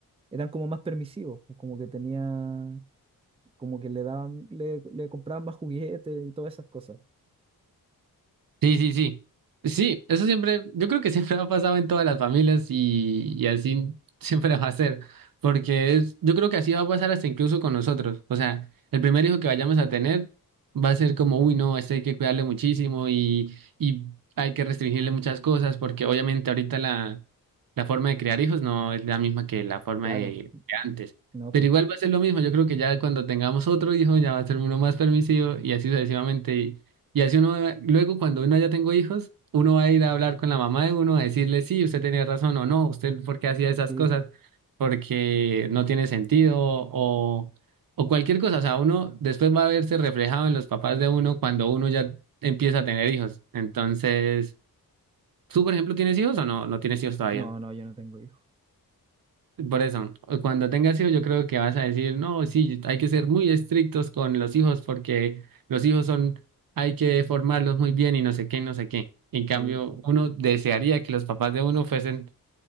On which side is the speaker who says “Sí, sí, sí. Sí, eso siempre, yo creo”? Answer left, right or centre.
Right